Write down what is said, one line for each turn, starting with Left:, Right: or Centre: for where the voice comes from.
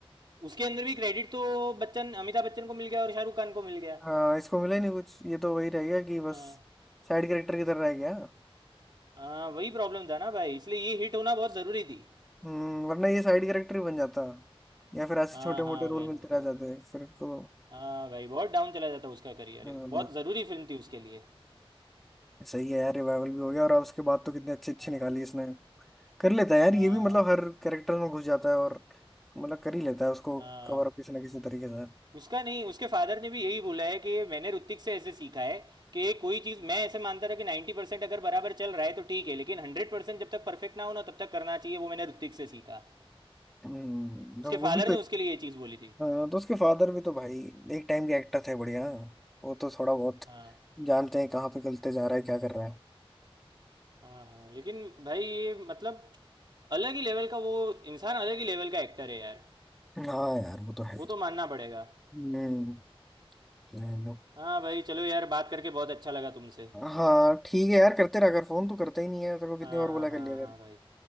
Right: उसके अंदर भी क्रेडिट तो बच्चन अमिताभ बच्चन को मिल गया और शाहरुख खान को मिल गया
Centre: हाँ इसको मिला ही नहीं कुछ ये तो वही रह गया कि बस
Right: हाँ
Centre: साइड कैरेक्टर की तरह रह गया
Right: हाँ वही प्रॉब्लम था ना भाई इसलिए ये हिट होना बहुत ज़रूरी थी
Centre: हम्म वरना ये साइड कैरेक्टर ही बन जाता या फिर ऐसे
Right: हाँ
Centre: छोटे
Right: हाँ
Centre: मोटे रोल
Right: वैसे-
Centre: मिलते रह जाते हैं फिर इसको
Right: हाँ भाई बहुत डाउन चला जाता उसका करियर
Centre: हाँ,
Right: बहुत ज़रूरी फिल्म थी उसके लिए
Centre: सही है यार रिवाइवल भी हो गया और अब उसके बाद तो कितने अच्छे अच्छे
Right: हाँ
Centre: निकाली इसने कर लेता है यार
Right: हाँ
Centre: ये भी मतलब
Right: हाँ
Centre: हर कैरेक्टर में घुस जाता है और मतलब कर ही लेता है उसको
Right: हाँ।
Centre: कवर अप किसी ना किसी तरीके से
Right: उसका नहीं उसके फादर ने भी यही बोला है कि मैंने ऋतिक से ऐसे सीखा है कि कोई चीज़ मैं ऐसे मानता था कि 90% परसेंट अगर बराबर चल रहा है तो ठीक है लेकिन हंड्रेड परसेंट जब तक परफेक्ट ना हो ना तब तक करना चाहिए वो मैंने ऋतिक से सीखा
Centre: हम्म,
Right: उसके
Centre: तो वो
Right: फादर
Centre: भी
Right: ने
Centre: तो
Right: उसके लिए ये चीज़ बोली थी
Centre: हाँ तो उसके फादर भी तो भाई एक टाइम के एक्टर थे बढ़िया वो तो थोड़ा बहुत
Right: हाँ
Centre: जानते हैं कहाँ पे गलते जा रहा है क्या कर रहा है
Right: हाँ हाँ लेकिन भाई ये मतलब अलग ही लेवल का वो इंसान अलग ही लेवल का एक्टर है यार
Centre: हाँ यार वो तो है
Right: वो
Centre: ही।
Right: तो मानना पड़ेगा
Centre: हम्म चलो।
Right: हाँ भाई चलो यार बात करके बहुत अच्छा लगा तुमसे
Centre: हाँ ठीक है यार करते रहा कर फोन तू करता ही नहीं है तेरे को कितनी
Right: हाँ
Centre: बार
Right: हाँ
Centre: बोला
Right: हाँ
Centre: कर लिया
Right: हाँ
Centre: कर
Right: भाई